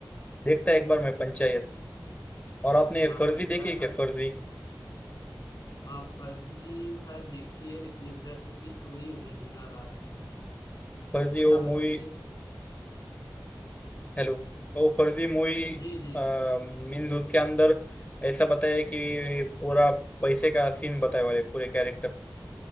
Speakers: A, on the left; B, on the left.
A: देखता है एक बार मैं पंचायत और आपने
B: हाँ
A: फर्जी
B: पंचायत
A: देखी है क्या
B: आप
A: फर्जी
B: हाँ फर्जी शायद देखी है लेकिन एग्जैक्ट उसकी स्टोरी मुझे नहीं याद आ रही है
A: फर्जी
B: कुछ
A: वो
B: आप बताइए
A: मूवी हेलो वो फर्जी मूवी
B: जी जी
A: मीन्स उसके अंदर ऐसा बताया है कि पूरा पैसे का सीन बताया वाले पूरे कैरेक्टर